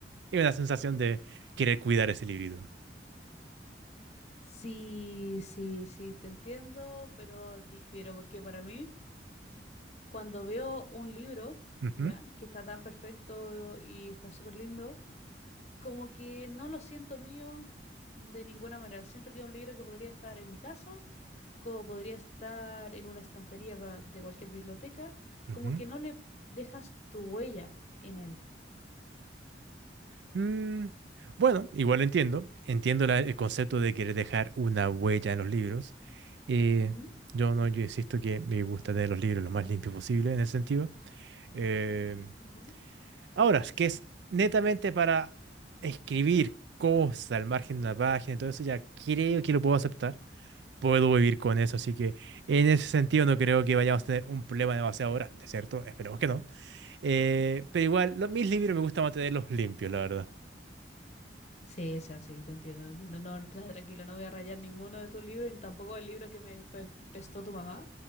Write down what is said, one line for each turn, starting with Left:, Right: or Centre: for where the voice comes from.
Right: es una sensación de querer cuidar ese librito.
Left: Sí, sí, sí, te entiendo, pero difiero porque para mí, cuando veo un libro,
Right: Ujú,
Left: ¿ya? Que está tan perfecto y está súper lindo, como que no lo siento mío de ninguna manera. Siento que es un libro que podría estar en mi casa, como podría estar en una estantería cua- de cualquier biblioteca,
Right: ujú.
Left: como que no le dejas tu huella en él.
Right: Mm, bueno, igual entiendo. Entiendo la- el concepto de querer dejar una huella en los libros. Eh,
Left: Ujú,
Right: yo no, yo insisto que me gusta tener los libros lo más limpios posible en ese sentido. Eh,
Left: ujú.
Right: ahora, es que es netamente para escribir cosas al margen de una página y todo eso, ya creo que lo puedo aceptar. Puedo vivir con eso, así que en ese sentido no creo que vayamos a tener un problema demasiado grande, ¿cierto? Esperemos que no. Eh, pero igual, lo- mis libros me gusta mantenerlos limpios, la verdad.
Left: Sí, sí, así, te entiendo, te entiendo. No, tra- tranquilo, no voy a rayar ninguno de tus libros, ni tampoco el libro que me pre- prestó tu mamá.